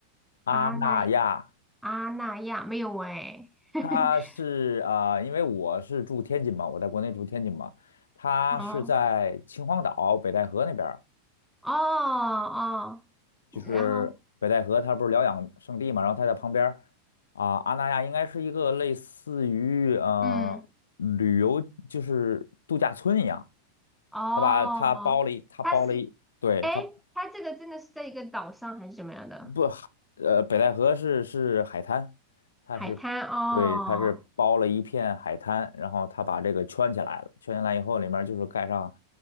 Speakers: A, on the left; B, in the centre.
A: 阿那亚，
B: 阿那阿那亚？没有哎。<laughs>
A: 它是啊呃因为我是住天津嘛，我在国内住天津嘛，它是在秦皇岛北戴河那边
B: 哦哦哦，
A: 就是北戴河，
B: 然后
A: 它不是疗养圣地嘛，然后它在旁边儿啊、阿那亚应该是一个类似于呃旅游就是度假村一样，
B: 嗯哦，
A: 它把它包了一，它包了一，
B: 它是
A: 对，
B: 哎，
A: 它
B: 它这个真的是在一个岛上还是怎么样的
A: 不，呃，北戴河是是海滩，它是对，
B: 海滩？哦
A: 它是包了一片海滩，然后它把这个圈起来了，圈起来以后里面就是盖上